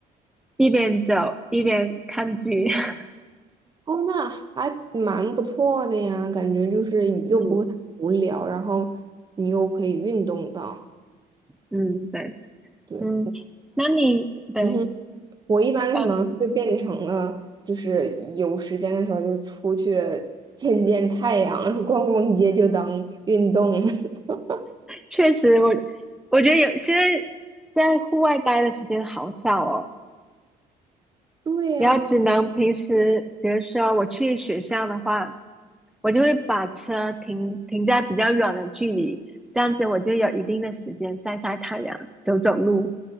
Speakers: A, in the centre; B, on the right (about 25°).
A: 一边走一边看剧，<laughs>
B: 哦，那还蛮不错的呀，感觉就是又不会很无聊，
A: 嗯
B: 然后你又可以运动到。
A: 嗯对，
B: 对，
A: 嗯，那你对。
B: 嗯哼，我一般可能会变成了，
A: 嗯
B: 就是有时间的时候就出去 <laughs> 见见太阳，逛逛街就当运动了。<laughs>
A: 确实我，我觉得有现在在户外待的时间好少哦。
B: 对呀，
A: 然后只能平时，比如说我去学校的话，我就会把车停停在比较远的距离，这样子我就有一定的时间晒晒太阳、走走路。